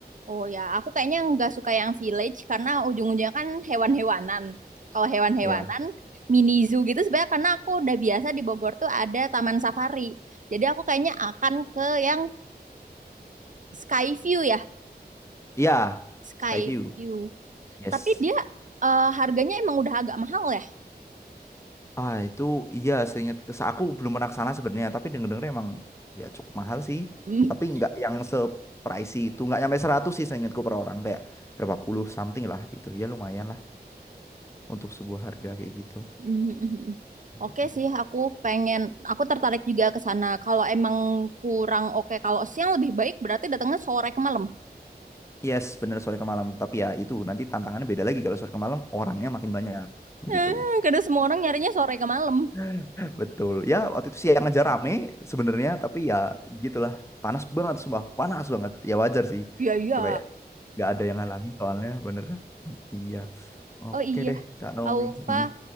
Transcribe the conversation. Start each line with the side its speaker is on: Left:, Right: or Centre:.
Right: Oh ya, aku kayaknya nggak suka yang village karena ujung-ujungnya kan hewan-hewanan. Kalau hewan-hewanan,
Left: Iya.
Right: mini zoo gitu sebenarnya karena aku udah biasa di Bogor tuh ada taman safari. Jadi aku kayaknya akan ke yang Skyview ya,
Left: Iya,
Right: Skyview.
Left: Skyview. Yes.
Right: Tapi dia eh, harganya emang udah agak mahal ya.
Left: Ah itu iya seingat se- aku belum pernah ke sana sebenarnya tapi denger-denger emang ya cukup mahal sih
Right: Mm.
Left: tapi nggak yang se pricey itu nggak nyampe 100 sih seingatku per orang kayak berapa puluh something lah gitu ya lumayan lah untuk sebuah harga kayak gitu
Right: Mm.
Left: Mhm.
Right: Oke sih, aku pengen, aku tertarik juga ke sana. Kalau emang kurang oke, kalau siang lebih baik berarti datangnya sore ke malam.
Left: yes bener sore ke malam tapi ya itu nanti tantangannya beda lagi kalau sore ke malam orangnya makin banyak begitu
Right: Eh, karena semua orang nyarinya sore ke malam.
Left: <laughs> Betul. Ya, waktu itu siang aja rame sebenarnya, tapi ya gitulah. Panas banget, sumpah. Panas banget. Ya wajar sih.
Right: Iya, iya.
Left: Itu kayak nggak ada yang ngalangin soalnya, bener kan? Iya. Oke
Right: Oh iya,
Left: deh, Kak Naomi.
Right: Aufa,
Left: Mm-mm.